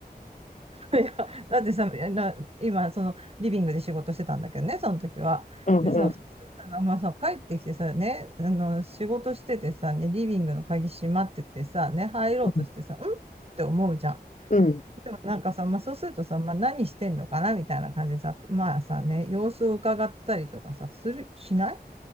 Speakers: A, on the right (about 35°); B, on the left (about 50°).
A: <laughs> いや、だってさ、な今、その、リビングで仕事してたんだけどね、その時は。
B: うん、
A: でさ、
B: うん、う
A: 普通さ、あまあさ、帰ってきてさ、ね、あの、仕事しててさ、ね、リビングの鍵閉まっててさ、ね、入ろうとしてさ、
B: ん。
A: んって思うじゃん。
B: うん
A: でもなんかさ、まあそうするとさ、まあ何してんのかなみたいな感じでさ、まあさね、様子を伺ったりとかさ、する、しない